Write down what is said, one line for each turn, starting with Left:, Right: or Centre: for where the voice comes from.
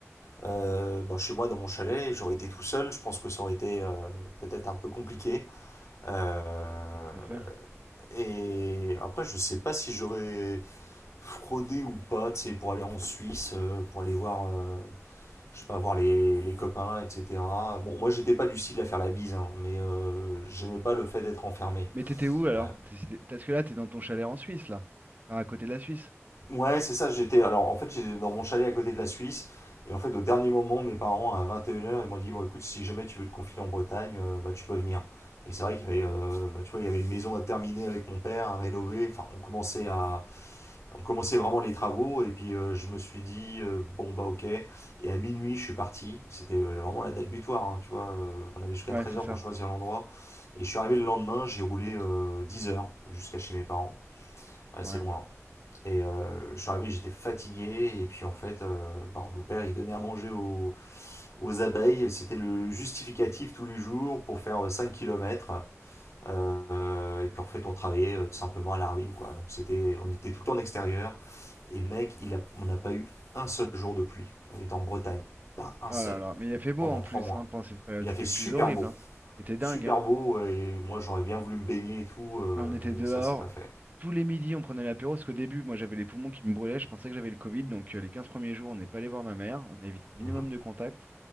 Left: Euh, bon, chez moi, dans mon chalet, j'aurais été tout seul. Je pense que ça aurait été euh, peut-être un peu compliqué. Euh,
Right: Ouais, tout à fait.
Left: Et après, je sais pas si j'aurais fraudé ou pas, tu sais, pour aller en Suisse, euh, pour aller voir, euh, je sais pas, voir les, les copains, etc. Bon, moi, j'étais pas du style à faire la bise, hein, mais euh, j'aimais pas le fait d'être enfermé.
Right: Mais t'étais où alors?
Left: Euh,
Right: T'es- Parce que là, t'es dans ton chalet en Suisse, là. Enfin, à côté de la Suisse.
Left: Ouais, c'est ça, j'étais. Alors, en fait, j'étais dans mon chalet à côté de la Suisse. Et en fait, au dernier moment, mes parents, à 21 heures, ils m'ont dit Bon, écoute, si jamais tu veux te confier en Bretagne, euh, bah, tu peux venir. Et c'est vrai qu'il y avait, euh, bah, tu vois, il y avait une maison à terminer avec mon père, à rénover. Enfin, on commençait à. On commençait vraiment les travaux. Et puis, euh, je me suis dit euh, Bon, bah, ok. Et à minuit, je suis parti. C'était euh, vraiment la date butoir, hein, tu vois. euh, on avait jusqu'à
Right: Ouais,
Left: 13
Right: c'est
Left: heures
Right: ça.
Left: pour choisir l'endroit. Et je suis arrivé le lendemain, j'ai roulé euh, 10 heures jusqu'à chez mes parents. Ouais,
Right: Quand
Left: c'est
Right: même.
Left: loin. Et euh, je suis arrivé, j'étais fatigué. Et puis en fait, euh, bah, mon père, il donnait à manger aux, aux abeilles. C'était le justificatif tous les jours pour faire 5 kilomètres km. et puis en fait, on travaillait euh, tout simplement à la ruine. Quoi. Donc c'était, on était tout le temps en extérieur. Et mec, il a- on n'a pas eu un seul jour de pluie. On était en Bretagne. Pas un
Right: Oh
Left: seul.
Right: là là, mais il a fait beau
Left: Pendant
Right: en plus
Left: 3 mois.
Right: hein, pendant cette période.
Left: Il
Right: C'était
Left: a fait
Right: le
Left: super
Right: plus horrible.
Left: beau.
Right: hein. C'était dingue.
Left: Super
Right: hein.
Left: beau. Et moi, j'aurais bien voulu me baigner et tout. euh,
Right: Ah, on était
Left: mais
Right: dehors.
Left: ça, c'est pas fait.
Right: Tous les midis, on prenait l'apéro. Parce qu'au début, moi, j'avais les poumons qui me brûlaient. Je pensais que j'avais le Covid. Donc, euh, les 15 premiers jours, on n'est pas allé voir ma mère. On a évité le minimum
Left: Mhm.
Right: de contact.